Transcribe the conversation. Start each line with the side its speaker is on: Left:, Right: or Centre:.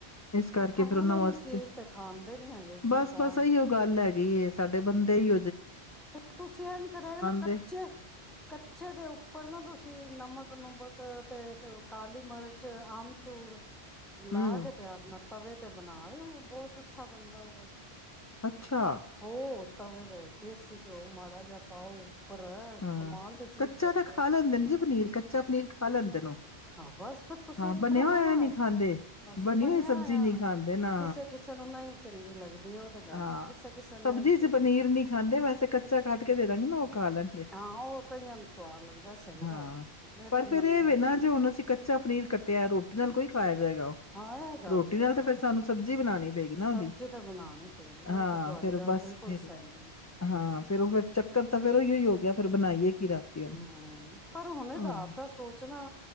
Left: ਇਸ ਕਰਕੇ
Centre: ਤੇ ਖਾਣ
Left: ਫਿਰ ਉਹਨਾਂ
Centre: ਵਾਲੀ
Left: ਵਾਸਤੇ
Centre: ਚੀਜ਼ ਤੇ ਖਾਂਦੇ ਨੀ ਹੈਗੇ
Left: ਬਸ
Centre: ਸਰਦਾਰ
Left: ਬਸ ਇਹੀਓ ਗੱਲ ਹੈਗੀ। ਕੀ ਇਹ ਸਾਡੇ ਬੰਦੇ ਹੀ
Centre: ਤੇ ਤੁਸੀਂ ਇਹ ਨੀ ਕਰਿਆ ਨਾ ਕੱਚੇ-
Left: ਦੇ
Centre: ਕੱਚੇ ਦਿਓ। ਉੱਪਰ ਨਾ ਤੁਸੀਂ ਨਮਕ- ਨੂਮਕ ਤੇ ਕਾਲੀ ਮਿਰਚ, ਆਮਚੂੂਰ
Left: ਹੂੰ
Centre: ਲਾ ਕੇ ਤੇ ਆਪ ਨਾ ਤਵੇ ਤੇ ਬਣਾ ਦਿਓ ਬਹੁਤ ਅੱਛਾ ਬਣਦਾ ਉਹਦੇ ਤੇ।
Left: ਅੱਛਾ
Centre: ਹੋ। ਤਾਂ ਫਿਰ ਦੇਸੀ ਘਿਓ ਮਾੜਾ ਜਿਹਾ ਪਾਓ। ਉੱਪਰ
Left: ਹਾਂ,
Centre: ਕਮਾਲ ਦੀ ਚੀਜ਼
Left: ਕੱਚਾ
Centre: ਬਣਦੀ
Left: ਤਾਂ ਖਾ
Centre: ਹੈ।
Left: ਲੈਂਦੇ ਨੇ ਜੇ ਪਨੀਰ ਕੱਚਾ ਪਨੀਰ ਖਾ ਲੈਂਦੇ ਤੈਨੂੰ।
Centre: ਹਾਂ ਬਸ ਫਿਰ ਤੁਸੀਂ
Left: ਹਾਂ,
Centre: ਇਸ
Left: ਬਣਿਆ
Centre: ਤਰ੍ਹਾਂ
Left: ਹੋਇਆ
Centre: ਨਾ ਨਾ
Left: ਨਹੀਂ
Centre: ਆਖੋ
Left: ਖਾਂਦੇ
Centre: ਅੱਛਾ
Left: ਬਣੀ
Centre: ਬਣਿਆ
Left: ਹੋਈ ਸਬਜ਼ੀ
Centre: ਹੋਇਆ।
Left: ਨਹੀਂ ਖਾਂਦੇ ਨਾ
Centre: ਕਿਸੇ ਕਿਸੇ ਨੂੰ ਨਹੀਂ ਚੰਗੀ ਲੱਗਦੀ ਉਹ ਤੇ ਗੱਲ
Left: ਹਾਂ
Centre: ਹੈ ਕਿਸੇ ਕਿਸੇ ਨੂੰ
Left: ਸਬਜ਼ੀ
Centre: ਨਹੀਂ ਠੀਕ
Left: ਚ ਪਨੀਰ
Centre: ਲੱਗਦੀ।
Left: ਨੀ ਖਾਂਦੇ ਵੈਸੇ ਕੱਚਾ ਕੱਟ ਕੇ ਦੇ ਦਾਂਗੇ ਨਾ ਉਹ ਖਾ ਲੈਣਗੇ।
Centre: ਹਾਂ, ਉਹ ਕਈਆਂ ਨੂੰ ਸਵਾਦ ਲੱਗਦਾ ਸਹੀ
Left: ਹਾਂ
Centre: ਗੱਲ ਇਹ
Left: ਪਰ
Centre: ਤੇ
Left: ਫੇਰ
Centre: ਮੰਨੇ
Left: ਵੇ ਨਾ
Centre: ਆ।
Left: ਜੇ ਹੁਣ ਅਸੀਂ ਕੱਚਾ ਪਨੀਰ ਕੱਟਿਆ ਰੋਟੀ ਨਾਲ ਓਈ ਖਾਇਆ।
Centre: ਹਾਂ ਇਹ ਗੱਲ
Left: ਰੋਟੀ
Centre: ਤੇ
Left: ਨਾਲ
Centre: ਆ
Left: ਤਾਂ ਫਿਰ ਸਾਨੂੰ ਸਬਜ਼ੀ ਬਣਾਣੀ ਪਏਗੀ ਨਾ
Centre: ਸਬਜ਼ੀ
Left: ਉਹਦੀ
Centre: ਤਾਂ ਬਣਾਉਣੀ ਪਏਗੀ
Left: ਹਾਂ
Centre: ਉਹ ਤਾਂ ਤੁਹਾਡੀ
Left: ਫਿਰ
Centre: ਗੱਲ
Left: ਬਸ
Centre: ਬਿਲਕੁਲ
Left: ਫਿਰ
Centre: ਸਹੀ ਹੈ
Left: ਹਾਂ ਫਿਰ ਉਹ ਫਿਰ ਚੱਕਰ ਤਾਂ ਫਿਰ ਉਹੀ ਹੋ ਫਿਰ ਬਣਾਈਏ ਕੀ ਰਾਤੀ ਹੁਣ
Centre: ਹੂੰ, ਪਰ ਹੁਣ ਰਾਤ
Left: ਹਾਂ
Centre: ਦਾ ਸੋਚਣਾ